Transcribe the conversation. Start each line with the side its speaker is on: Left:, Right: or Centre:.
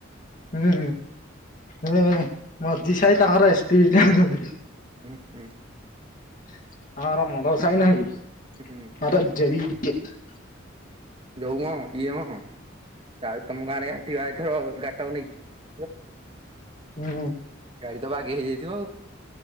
Left: ହୁଁ। ମୁଁ ମଝି ସାହି ତାଙ୍କର ଏସ୍ ଟି ବି ଜାଣିଛନ୍ତି।
Right: ଉଁ ଉଁ।
Left: <unintelligible>
Right: ହୁଁ ଯୋଉମ ଇଏ ମ ଆଉ ତମ ଗାଁରେ ଘାଣ୍ଟିବା ଆଇଥିବ ଆଉ।
Left: ହୁଁ
Right: ଗାଡି ତ ବାଗେଇ ହେଇଯାଇଥିବ ଆଉ।